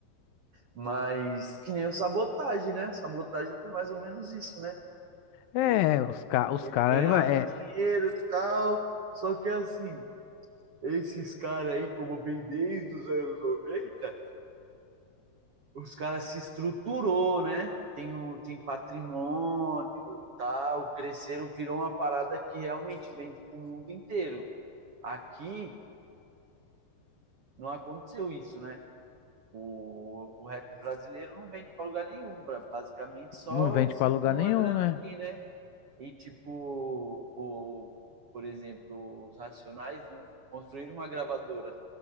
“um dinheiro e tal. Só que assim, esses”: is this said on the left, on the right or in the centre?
Right